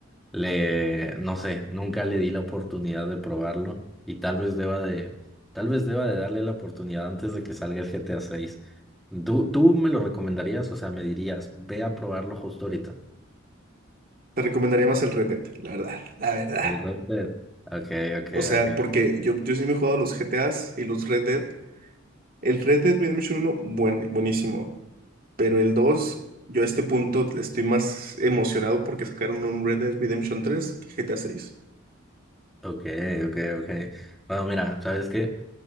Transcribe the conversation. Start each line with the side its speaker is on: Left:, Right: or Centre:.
Centre: Le, no sé, nunca le di la oportunidad de probarlo y tal vez deba de, tal vez deba de darle la oportunidad antes de que salga el GTA 6. ¿Tú, tú me lo recomendarías? O sea, me dirías, ve a probarlo justo ahorita.
Right: Te recomendaría más el Red Dead, la verdad, la verdad.
Centre: El Red Dead. Ok, ok,
Right: O sea,
Centre: ok.
Right: porque yo, yo sí me he jugado los GTAs y los Red Dead. El Red Dead Redemption uno buen, buenísimo. Pero el 2 yo a este punto estoy más emocionado porque sacaron un Red Dead Redemption tres que GTA seis
Centre: Ok, ok, ok. Bueno, mira, ¿sabes qué?